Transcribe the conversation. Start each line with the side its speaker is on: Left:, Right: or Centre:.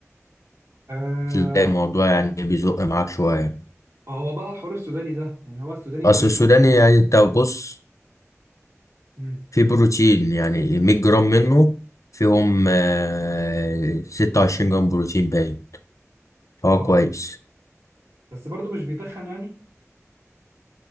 Right: آه
Left: هتلاقي الموضوع يعني بيزق معاك شويه
Right: هو بقى الحوار السوداني ده يعني هو السوداني
Left: اصل
Right: في
Left: السوداني
Right: يعني
Left: يعني انت بص
Right: امم
Left: في بروتين يعني 100 جرام منه فيهم آه، 26 جرام بروتين باين فهو
Right: اه
Left: كويس
Right: بس برضه مش بيتخن يعني